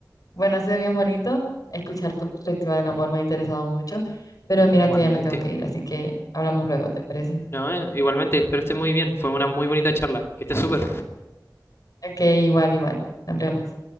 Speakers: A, on the left (about 55°); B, on the left (about 35°).
A: bueno, ha sido bien bonito escuchar tu perspectiva del amor, me ha interesado mucho, pero mira
B: igualmente.
A: que ya me tengo que ir, así que hablamos luego, ¿te parece?
B: No, eh, igualmente, espero estés muy bien. Fue una muy bonita charla. Que estés súper.
A: Ok, igual, igual. Nos vemos.